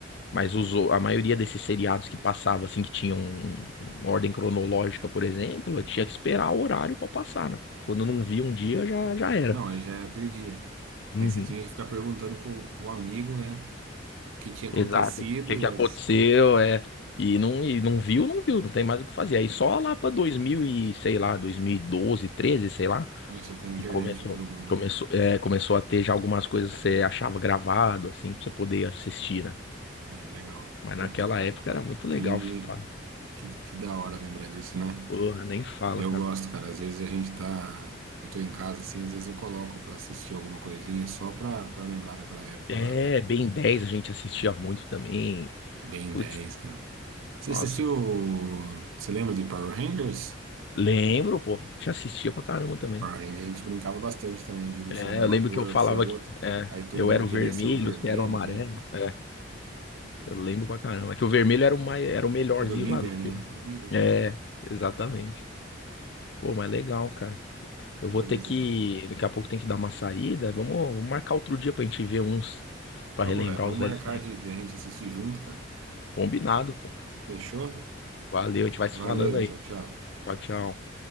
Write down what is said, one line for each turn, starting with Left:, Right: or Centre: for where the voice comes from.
Left: Mas os, o- a maioria desses seriados que passava, assim, que tinham um- uma ordem cronológica, por exemplo, eu tinha que esperar o horário pra passar, né? Quando não via um dia, já, já era.
Right: Não, aí já perdia.
Left: Uhum,
Right: Aí você tinha que ficar perguntando pro, pro amigo, né? O que tinha acontecido
Left: exato. O que que
Right: e as...
Left: aconteceu, é... E não, e não viu, não viu, não tem mais o que fazer. Aí só lá pra 2000 e, sei lá, 2012, 13, sei lá,
Right: começou a ter internet
Left: E começou,
Right: pra todo mundo,
Left: começou,
Right: né?
Left: é, começou a ter já algumas coisas que você achava gravado, assim, pra você poder assistir, né?
Right: É, legal.
Left: Mas
Right: Puta,
Left: naquela
Right: cara.
Left: época era muito legal,
Right: Que,
Left: cara.
Right: que, que da hora lembrar disso, né?
Left: Porra, nem fala,
Right: Eu
Left: cara.
Right: gosto, cara. Às vezes a gente tá. Eu tô em casa, assim, às vezes eu coloco pra assistir alguma coisinha só pra, pra lembrar daquela época
Left: É,
Right: lá, cara.
Left: Ben dez a gente assistia muito também.
Right: Bem
Left: Putz,
Right: 10, cara. Você
Left: nossa.
Right: assistiu. Você lembra de Power Rangers?
Left: Lembro, pô. A gente assistia pra caramba também.
Right: A gente, a gente brincava bastante também de um
Left: É,
Right: ser uma
Left: eu lembro
Right: cor,
Left: que eu falava
Right: outro ser outra.
Left: que é,
Right: Aí todo
Left: eu
Right: mundo
Left: era o
Right: queria
Left: vermelho,
Right: ser o vermelho,
Left: você era o amarelo.
Right: né?
Left: É, eu lembro pra caramba. É Que o vermelho era o, mais, era o melhorzinho
Right: Era o líder,
Left: lá do filme.
Right: né? Era o líder,
Left: É,
Right: né?
Left: exatamente.
Right: Ah,
Left: Pô,
Right: então
Left: mas legal, cara.
Right: então
Left: Eu vou
Right: beleza,
Left: ter que.
Right: então.
Left: Daqui a pouco tem que dar uma saída. Vamos, vamos marcar outro dia pra gente ver uns. Pra
Right: Vamos,
Left: relembrar
Right: velho. Vamos
Left: os
Right: marcar
Left: velhos tempos.
Right: de, de a gente assistir junto, cara.
Left: Combinado, pô.
Right: Fechou?
Left: Valeu, a gente vai se
Right: Valeu,
Left: falando aí.
Right: tchau, tchau.
Left: Tchau, tchau.